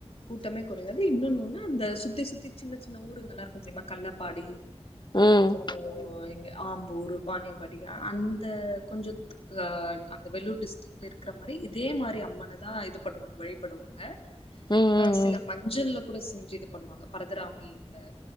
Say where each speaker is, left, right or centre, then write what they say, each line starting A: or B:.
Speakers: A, on the left (about 60°); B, on the left (about 45°).
A: கூட்டமே குறையாது இன்னொன்னு ஒன்னா அந்த சுத்தி சுத்தி சின்ன சின்ன ஊருங்கல்லா இருக்கு தெரியுமா கள்ளப்பாடி
B: ம்
A: அப்புறோ இங்க ஆம்பூர் வானியம்பாடி அந்த கொஞ்ச அஹ் அந்த வெல்லூர் டிஸ்ட்ரிக்ல இருக்கிற மாரி இதே மாரி அம்மனதா இது பண்ணுவாங்க வழிபடுவாங்க அ
B: ம் ம்
A: ஹ சில மஞ்சள்ல கூட செஞ்சு இது பண்ணுவாங்க பரதராமில